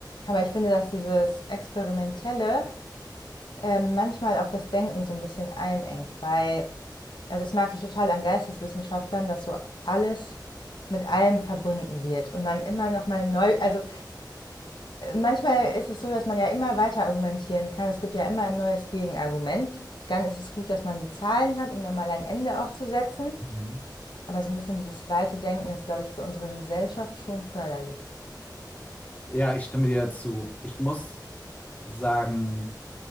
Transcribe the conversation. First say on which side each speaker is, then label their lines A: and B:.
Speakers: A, on the left; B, on the left.
A: Aber ich finde, dass dieses Experimentelle ähm, manchmal auch das Denken so ein bisschen einengt, weil, also das mag ich total an Geisteswissenschaftlern, dass so alles mit allem verbunden wird und man immer noch mal neu, also äh, manchmal ist es so, dass man ja immer weiter argumentieren kann. Es gibt ja immer ein neues Gegenargument. Dann ist es gut, dass man die Zahlen hat, um dann mal ein Ende auch zu setzen.
B: Mhm.
A: Aber so ein bisschen dieses weite Denken ist, glaube ich, für unsere Gesellschaft schon förderlich.
B: Ja, ich stimme dir zu. Ich muss sagen,